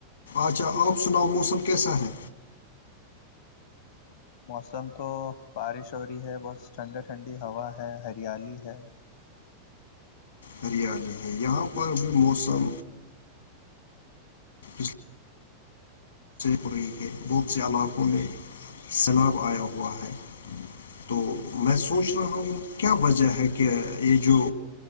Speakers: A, on the left; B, on the left.
A: اچھا آپ سناؤ موسم کیسا ہے
B: موسم تو بارش ہو رہی ہے بہت ٹھنڈی ٹھنڈی ہوا ہے ہریالی ہے
A: ہریالی ہے یہاں پر بھی موسم <unintelligible> پوری کے بہت سے علاقوں میں سیلاب آیا ہوا ہے تو میں سوچ رہا ہوں کیا وجہ ہے کہ یہ جو